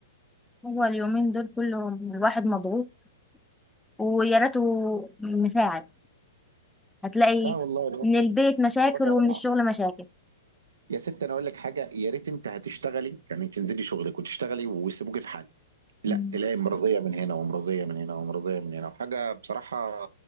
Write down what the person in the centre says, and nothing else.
هو اليومين دول كلهم الواحد مضغوط ويا ريته مساعد هتلاقي
من البيت مشاكل
ومن
الشغل مشاكل
مم.